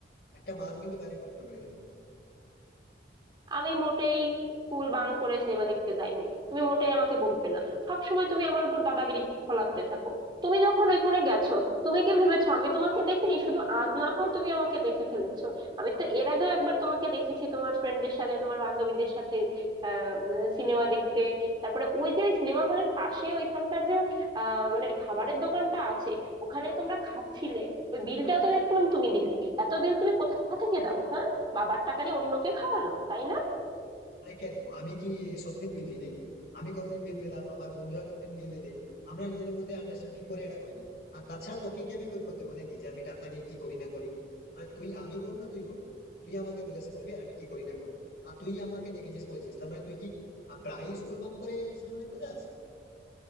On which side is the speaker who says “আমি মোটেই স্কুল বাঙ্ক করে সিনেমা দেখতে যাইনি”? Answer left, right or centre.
Right